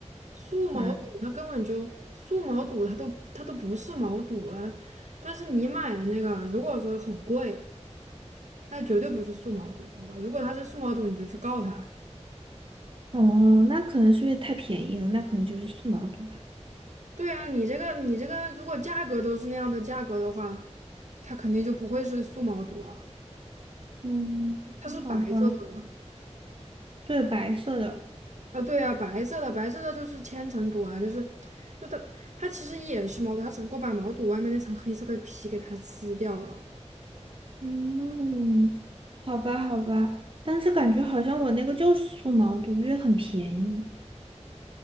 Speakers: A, on the right (about 80°); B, on the right (about 45°).
A: 素毛肚那根本就素毛肚，
B: 啊。
A: 它都它都不是毛肚了。但是你买的那个，如果说很贵，那绝对不是素毛肚，好吧？如果它是素毛肚，你就去告他。
B: 哦，那可能是因为太便宜了，那可能就是素毛肚吧。
A: 对啊，你这个你这个，如果价格都是那样的价格的话，它肯定就不会是素毛肚啊。
B: 嗯，
A: 它是白色的吗？
B: 好吧，对，白色的。
A: 啊，对啊，白色的，白色的就是千层肚啊，就是就它它其实也是毛肚，它只不过把毛肚外面那层黑色的皮给它撕掉了。
B: 嗯，好吧，好吧，但是感觉好像我那个就是素毛肚，因为很便宜。